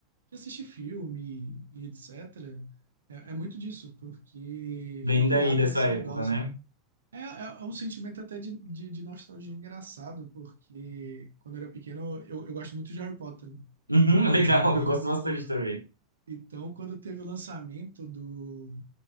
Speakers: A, on the right; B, on the left.
A: de assistir filme e etc., é, é muito disso, porque
B: Bem
A: foi criado
B: daí dessa
A: esse
B: época,
A: negócio,
B: né?
A: né? É, é, é um sentimento até de, de, de nostalgia engraçado, porque quando eu era pequeno, eu, eu gosto muito de Harry Potter, né?
B: Uhum, <laughs> legal,
A: Então,
B: eu gosto bastante também.
A: então, quando teve o lançamento do,